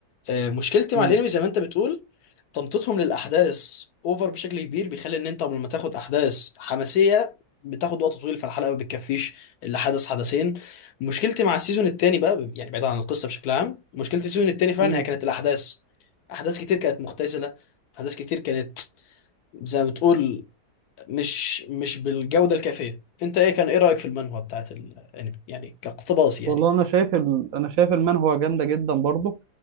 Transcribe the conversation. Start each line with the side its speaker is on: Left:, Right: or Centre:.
Left: آه، مشكلتي
Right: امم
Left: مع الانمي زي ما انت بتقول تمطيطهم للاحداث اوفر بشكل كبير بيخلي ان انت قبل ما تاخد احداث حماسيه بتاخد وقت طويل فالحلقه ما بتكفيش الا حدث حدثين مشكلتي مع السيزون التاني بقى يعني بعيد عن القصه بشكل عام مشكلتي السيزون التاني فعلا
Right: امم
Left: هي كانت الاحداث احداث كتير كانت مختزله احداث كتير كانت زي ما بتقول مش مش بالجوده الكافيه انت ايه كان ايه رايك في المانهوا بتاعت الانمي يعني كاقتباس يعني
Right: والله انا شايف ال... انا شايف المانهوا جامده جدا برضو